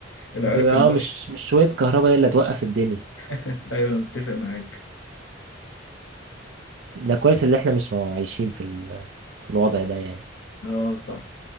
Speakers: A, on the left; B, on the right.
A: العرق
B: ب- اه
A: البشري
B: مش مش شوية كهرباء هي اللي هتوقف الدنيا
A: <laughs> ايوه انا متفق معاك
B: ده كويس اللي احنا مش مو- عايشين في ال... في الوضع ده يعني
A: اه صح